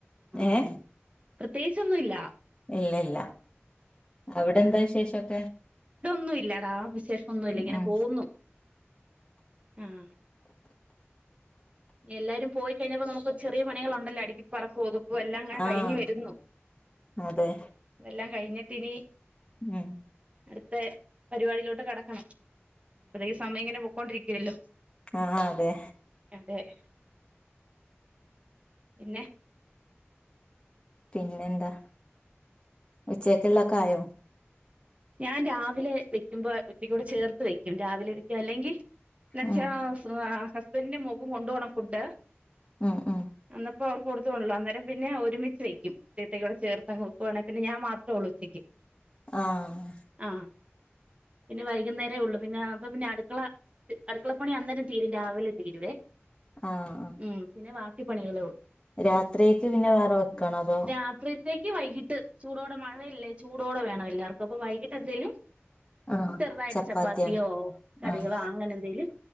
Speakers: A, on the right (about 30°); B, on the left (about 20°).
A: ഉം
B: ഏഹ്
A: പ്രത്യേകിച്ചൊന്നു ഇല്ല
B: ഇല്ല ഇല്ല അവ്ടെ എന്താ വിശേഷൊക്കെ
A: ഇവ്ടൊന്നു ഇല്ലെടാ വിശേഷ ഒന്നു ഇല്ല ഇങ്ങനെ
B: ഉം
A: പോകുന്നു ഉം എല്ലാരും പോയികഴിഞ്ഞപ്പോ നമുക്ക് ഒരു ചെറിയ പണികളുണ്ടല്ലോ അടിക്കി പറക്കും ഒതുക്കും എല്ലാം ങ്ങനെ
B: ആഹ്
A: കഴിഞ്ഞു വരുന്നു
B: അതെ
A: അതെല്ലാം കഴിഞ്ഞിട്ടിനി
B: ഉം
A: അടുത്ത പരിപാടിയിലോട്ട് കടക്കണം അപ്പഴേക്ക് സമയം ഇങ്ങനെ പൊക്കോണ്ടിരിക്കുവല്ലോ
B: ആ അതെ
A: തേ പിന്നെ
B: പിന്നെന്താ ഉച്ചക്കുള്ളൊക്കെ ആയോ
A: ഞാൻ രാവിലെ വെയ്ക്കുമ്പോ ഉച്ചയ്ക്കൂടെ ചേർത്ത് വെയ്ക്കും രാവിലെ വയ്ക്കും അല്ലെങ്കി എന്നുവച്ചാ
B: ഉം
A: ഹസ് ഹസ്ബന്റും മോക്കും കൊണ്ടു പോണം ഫുഡ്
B: ഉം ഉം
A: അന്നപ്പോ അവർക്ക് കൊടുത്ത് വിടണോല്ലൊ അന്നേരം പിന്നെ ഒരുമിച്ച് വയ്ക്കും ഉച്ചയ്ക്കത്തേക്കൂടെ ചേർത്ത് അങ്ങ് വയ്ക്കുവാണെങ്കി പിന്നെ ഞാൻ മാത്രേ ഉള്ളൂ ഉച്ചയ്ക്ക്
B: ആഹ്
A: ആ പിന്നെ വൈകുന്നേരേ ഒള്ള് പിന്നെ അപ്പ പിന്നെ അടുക്കളാ അടുക്കളപ്പണി അന്നേരം തീരും രാവിലെ തീരുവേ
B: ആഹ്
A: ഉം പിന്നെ ബാ ക്കി പണികളേ ഒള്ളൂ
B: രാത്രിയേക്ക് പിന്നെ വേറെ വെക്കാണോ അതോ
A: രാത്രിയത്തേക്ക് വൈകിട്ട് ചൂടോടെ മഴയല്ലേ ചൂടോടെ വേണം എല്ലാർക്കും അപ്പ വൈകിട്ട് എന്തേലും
B: ആഹ്
A: ചെറുതായിട്ട്
B: ചപ്പാത്തിയാണ്
A: ചപ്പാത്തിയോ കറികളോ
B: ആഹ്
A: അങ്ങനെ എന്തേലും